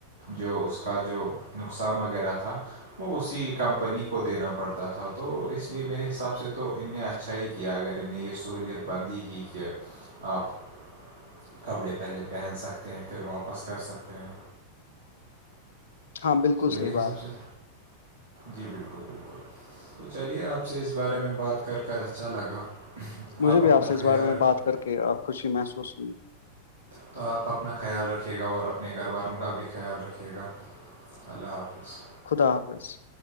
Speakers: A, on the right; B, on the left.
A: جو اس کا جو نقصان وغیرہ تھا وہ اسی کمپنی کو دینا پڑتا تھا تو اس لیے میرے حساب سے تو ان نے اچھا ہی کیا اگر ان نے یہ سہولیت بند ہی کی کہ ٹھ ہے آپ <unintelligible> کپڑے پہلے پہن سکتے ہیں پھر واپس کر سکتے ہیں
B: ہاں بالکل
A: تو میرے
B: صحیح بات
A: حساب سے جی بالکل بالکل تو چلیے آپ سے اس بارے میں بات کر کر اچھا لگا
B: مجھے بھی
A: اپنا
B: آپ سے
A: خیال
B: اس بارے میں
A: رکھیں
B: بات کر کےپ خوشی محسوس ہوئی <unintelligible>
A: تو آپ اپنا خیال رکھیے گا اور اپنے گھر والوں کا بھی خیال رکھیے گا اللہ حافظ
B: خدا حافظ